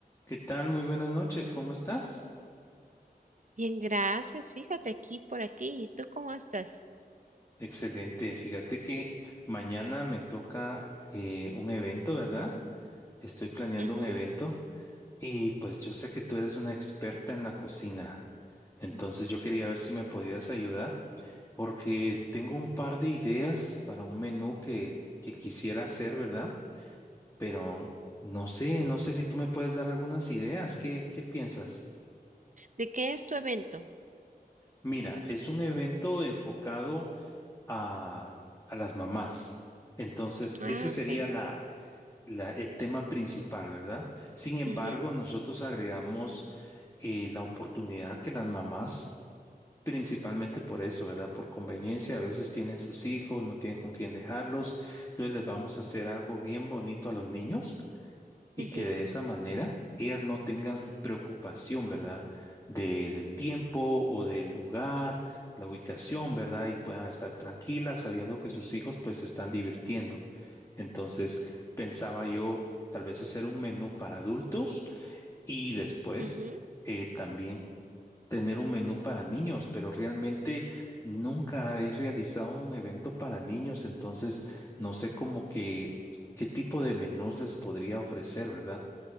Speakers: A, on the left; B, on the right.
A: ¿Qué tal? Muy buenas noches, ¿cómo estás?
B: Bien, gracias. Fíjate aquí por aquí. ¿Y tú cómo estás?
A: Excelente, fíjate que mañana me toca eh, un evento, ¿verdad? Estoy planeando
B: Ujú.
A: un evento y pues yo sé que tú eres una experta en la cocina, entonces yo quería ver si me podías ayudar porque tengo un par de ideas para un menú que, que quisiera hacer, ¿verdad? Pero no sé, no sé si tú me puedes dar algunas ideas, ¿qué, qué piensas?
B: ¿De qué es tu evento?
A: Mira, es un evento enfocado a, a las mamás. Entonces,
B: Ah,
A: ese sería
B: ok.
A: la, la- el tema principal, ¿verdad? Sin embargo,
B: Ujú,
A: nosotros agregamos eh, la oportunidad que las mamás, principalmente por eso, ¿verdad? Por conveniencia, a veces tienen sus hijos, no tienen con quién dejarlos, entonces les vamos a hacer algo bien bonito a los niños y
B: ujú,
A: que de esa manera ellas no tengan preocupación, ¿verdad? De, del tiempo o del lugar, la ubicación, ¿verdad? Y puedan estar tranquilas sabiendo que sus hijos pues se están divirtiendo. Entonces, pensaba yo tal vez hacer un menú para adultos y después
B: ujú.
A: eh, también tener un menú para niños, pero realmente nunca he realizado un evento para niños, entonces no sé cómo que qué tipo de menús les podría ofrecer, ¿verdad?